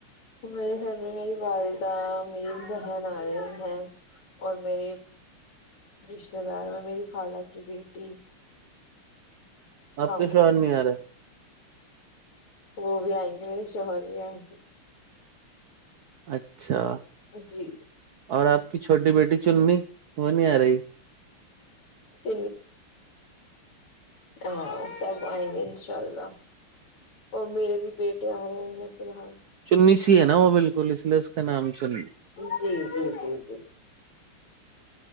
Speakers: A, on the left; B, on the right.
A: میرے گھر میں میری والدہ میری بہن آ رہی ہیں اور میرے رشتتے دار میں میری خالہ کی بیٹی
B: آپ
A: ہاں
B: کے شوہر نہیں آ رہے
A: وہ بھی آئیں گے میرے شوہر بھی آیں گ
B: اچھا
A: جی
B: اور آپ کی چھوٹی بیٹی چننی وہ نہیں آ رہی
A: چ ہاں سب آئیں گے انشاء اللہ اور میرے بھی بیٹے آ رہے ہیں فی الحال
B: چننی سی ہے نا وہ بالکل اس لیے اس کا نام چننی
A: جی جی جی جی